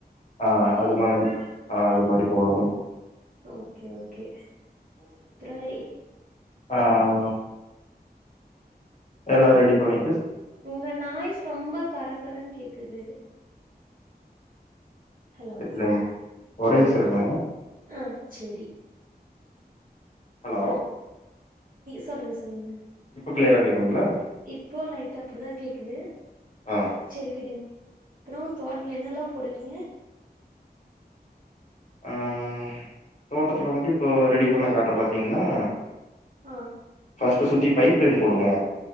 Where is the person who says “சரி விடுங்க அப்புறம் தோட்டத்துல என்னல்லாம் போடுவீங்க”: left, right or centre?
Right